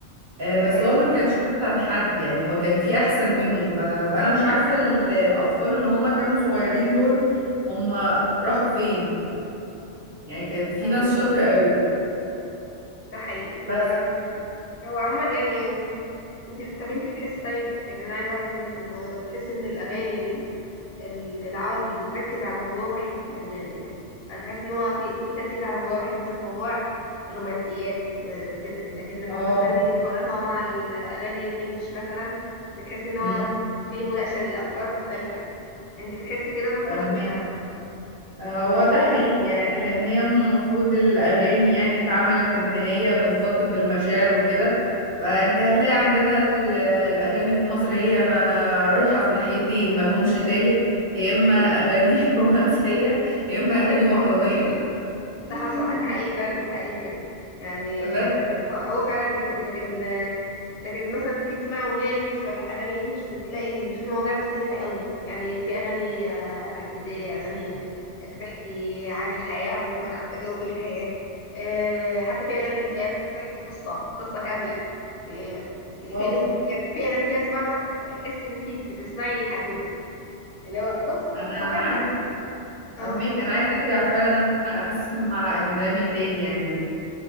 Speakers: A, on the right (about 50°); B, on the left (about 55°).
A: آه، بس
B: أيوه
A: هو ما كانش احسن حد يعني هو كان في احسن منه ف... فانا مش عارفة ال- الاطفال اللي هم كانوا صغيرين دول هم راحوا فين يعني كان في
B: يعني
A: ناس شاطرة قوي
B: ده حقيقي و
A: بس
B: هو عموما يعني انت طب انت بتحس طيب يعني انا عايزه اعرف منك الموضوع ده بتحس ان الاغاني ال... ال- العربي بتركز على موضوع واحد يعني م... م... انا بحس ان هو في في تركيز على موضوع واحد مثلا موضوع الرومانسيات و- وكده لكن لما
A: اه
B: مثلا نيجي نقارنها مع الاغاني الانجليش مثلا بتحس ان هو
A: امم
B: في مناقشه لافكار مختلفه انت بتحس كده برضو
A: فاهمين
B: ولا
A: آه،
B: ولا
A: هو
B: ايه
A: ده حقيقي يعني لان هي المفروض الاغاني يعني اتعملت ان هي بتخاطب المشاعر وكده فانت هتلاقي عندنا ال- الاغاني في مصر هي ما رايحة في ناحيتين ما لهمش تالت يا اما
B: اي
A: اغاني <laughs> رومانسية يا اما اغاني وطنية
B: ده
A: <laughs>
B: حصل ده حقيقي فعلا ده حقيقي بجد يعني
A: بس
B: آه، هو هو فعلا كده لكن آه، لكن مثلا تيجي تسمع اغنيه انجلش ولا اغاني انجلش بتلاقي ال- في مواضيع مختلفه قوي يعني في اغاني آه، تحفيزيه اغاني بتحكي عن الحياه عموما عن تجارب الحياه آه، حتى في اغاني تلاقيها بتحكي قصه قصه كامله آه، يعني
A: اه
B: كأنك يعني في اغاني كده اسمعها تحس ان انت بتسمعي حدوته اللي هو قصه قصه
A: انا
B: كامله
A: عايز
B: اه
A: فهماك انا عايز ارجع فعلا ان انا اسمع اجنبي تاني يعني